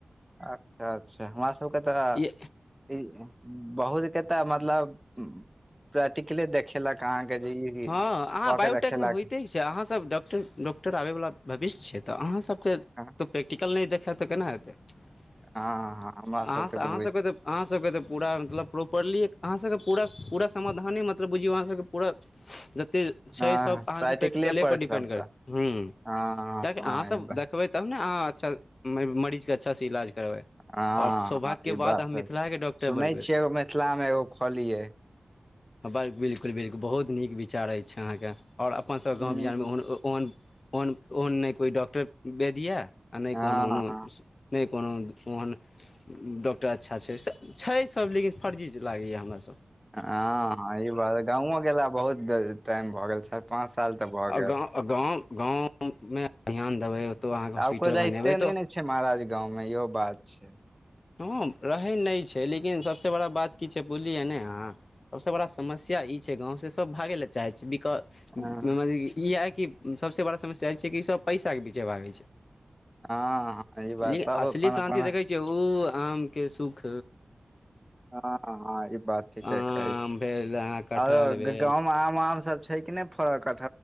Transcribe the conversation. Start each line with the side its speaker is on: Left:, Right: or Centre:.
Centre: अच्छा अच्छा हमरा सबके तऽ
Left: ई
Centre: हे बहुत के तऽ मतलब प्रेटी खेलक अहाँके जे
Left: हँ अहाँ
Centre: कऽ
Left: बायोटेक
Centre: के देखेलक
Left: मे होइते छै अहाँसभ डॉक्टर डॉक्टर आबय वला भविष्य छै तऽ अहाँस सब के
Centre: हँ
Left: तो प्रैक्टिकल नहि देखेत तऽ केना हेतै अहाँ
Centre: हँ हमरा सबके
Left: स अहाँ
Centre: बुझ
Left: सब के तऽ अहाँ सब के तऽ पूरा मतलब प्रॉपरली अहाँ सब के पूरा पूरा समाधाने मतलब बुझियौ अहाँ सबके पूरा ते छै
Centre: हँ
Left: सब अहाँ के प्रैक्टिकले पर
Centre: छै
Left: डिपेन्ड
Centre: सबटा
Left: करत हूँ किएकि
Centre: हँ हँ
Left: अहाँसभ
Centre: ई बात
Left: देखबै तब ने अहाँ अच्छा मरीज के अच्छासँ इलाज करबै
Centre: हँ
Left: आओर सौभाग्यके
Centre: हँ ई बात
Left: अहाँ
Centre: त
Left: मिथिलाके डॉक्टर
Centre: सुनै
Left: बनबै
Centre: छियै एगो मिथिला मे एगो खोलियै
Left: ब बिलकुल बिलकुल बहुत नीक विचार अछि अहाँ क आओर अपनसभ
Centre: हूँ
Left: गाँव बिहारमे ओह ओहन ओहन ओहन नहि कोइ डॉक्टर वैद येऽ आ नहि
Centre: हँ
Left: कोनो कोनो
Centre: हँ
Left: नहि कोनो ओहन डॉक्टर अच्छा छै छै सब लेकिन फर्जी लागैए हमरा सब
Centre: हँ हँ ई बात गाँवो गेला बहुत टाइम भऽ गेल चारि पाँच साल तऽ भऽ गेल
Left: गाँव हँ गाँव मे ध्यान देबै ओतय अहाँके हॉस्पिटल
Centre: आब कोइ रहिते
Left: बनेबै
Centre: नहि
Left: तऽ
Centre: ने छै महाराज गाँंवमे इहो बात छै
Left: हँ रहै नहि छै लेकिन सबसे बड़ा बात की छै बुझलियै ने अहाँ सबस बड़ा समस् ई छै गाँव से सब भागे लए चाहै छै वि तऽ
Centre: हँ
Left: इएह कि सभसँ बड़ा समस्या ई छै किसभ पैसाके पीछे भागे छै
Centre: हँ हँ ई बात
Left: ली
Centre: सब
Left: असली
Centre: अपन अपन
Left: शान्ति देखइ छियै ओ आम के सुख
Centre: हँ हँ ई बात ठीके
Left: आम
Centre: कहै छी
Left: भेल अहाँ कटहल
Centre: आरो
Left: भेल
Centre: गाम आम आम सब छै कि नहि फड़ल कत